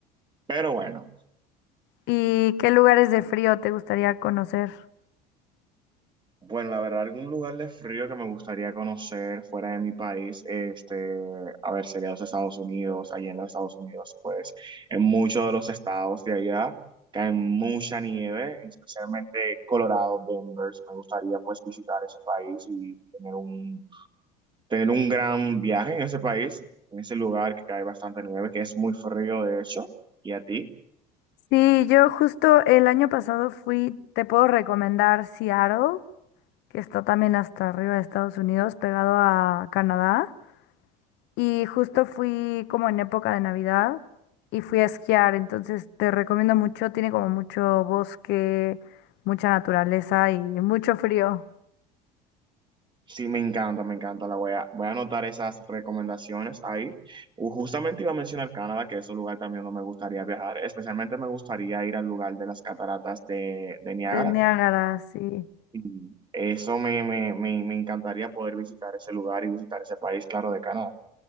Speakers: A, on the right; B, on the left.
A: pero bueno.
B: ¿Y qué lugares de frío te gustaría conocer?
A: Bueno, la verdad, algún lugar de frío que me gustaría conocer fuera de mi país, este, a ver, sería los Estados Unidos, allí en los Estados Unidos, pues en muchos de los estados de allá cae mucha nieve, especialmente Colorado, Denver, me gustaría pues visitar ese país y tener un, tener un gran viaje en ese país, en ese lugar que cae bastante nieve, que es muy frío de hecho, ¿y a ti?
B: Sí, yo justo el año pasado fui, te puedo recomendar Seattle, que está también hasta arriba de Estados Unidos, pegado a Canadá. Y justo fui como en época de Navidad y fui a esquiar, entonces te recomiendo mucho, tiene como mucho bosque, mucha naturaleza y mucho frío
A: Sí, me encanta, me encanta. La voy a, voy a anotar esas recomendaciones ahí. U- Justamente iba a mencionar Canadá, que es un lugar también donde me gustaría viajar. Especialmente me gustaría ir al lugar de las cataratas de, de Niágara.
B: de Niágara, sí.
A: Y Eso me, me, me, me encantaría poder visitar ese lugar y visitar ese país, claro, de Canadá.